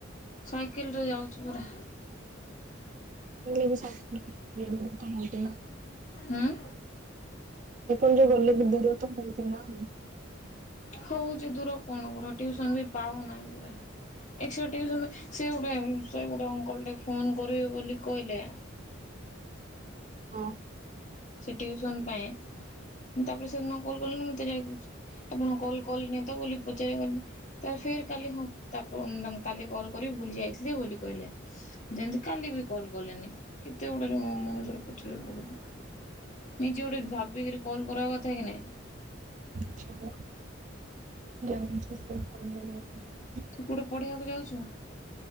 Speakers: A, on the left (about 40°); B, on the right (about 40°).
A: ସାଇକେଲରେ ଯାଉଚି ପରା।
B: <unintelligible>
A: ହୁଁ।
B: କେତେଳେ ଯୋଉ ଗଲେ ଦିଦିରତ ହେଇଚିନା।
A: ହଉଚି ଦୂର କଣ କରି ଟିଉସନବି ପାଉନାହିଁ ପରା। ଏକ୍ସଟ୍ରା ଟିଉସନ୍ ସେଗୋଟେ ସେଗୋଟେ ଅଙ୍କଲଟେ ଫୋନ୍ କରିବେ ବୋଲି କହିଲେ
B: ହଁ।
A: ସେଟିଉସନ ପାଇଁ ତାପରେ ସେଦିନ କଲ୍ କଲେଣିି ମତେ ଯା ଆପଣଙ୍କୁ କଲ୍ କଲିନିତ ବୋଲି ପଚାରିବନି ତାଫିର୍ କାଲି ହଁ ତାପ କାଲି କଲ୍ କରିବି ଭୁଲି ଯାଇଥିଲି ବୋଲି କହିଲେ। ଯେମିତି କାଲିବି କଲ୍ କଲେନି କେତେ ଗୁଡ଼େ ଜଣ ମଣିଷର ପଛରେ ପଡ଼ିବୁ। ନିଜେ ଗୋଟେ ଭାବିକିରି କଲ୍ କରିବାକଥାକି ନାଇଁ।
B: <unintelligible>
A: ତୁ କଉଠେ ପଢିବାକୁ ଯାଉଛୁ?